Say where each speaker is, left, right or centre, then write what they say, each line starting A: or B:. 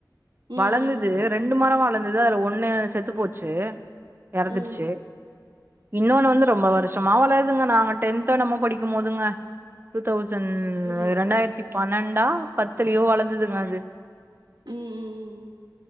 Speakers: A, on the right; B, on the right.
A: ம்
B: வளர்ந்தது
A: ம்
B: ரெண்டு மரம் வளர்ந்து அதுல ஒண்ணு செத்து போச்சு இறந்துடுச்சு
A: ம் ம்
B: இன்னொன்னு வந்து ரொம்ப வருஷமா வளருதுங்க நாங்க டென்தோ என்னம்மோ படிக்கும் போதுங்க டூ தௌசண்ட்
A: அப்டியா
B: இரண்டாயிரத்தி பன்னெண்டா பத்துலயோ வளர்ந்ததுங்க அது
A: ம் ம் ம்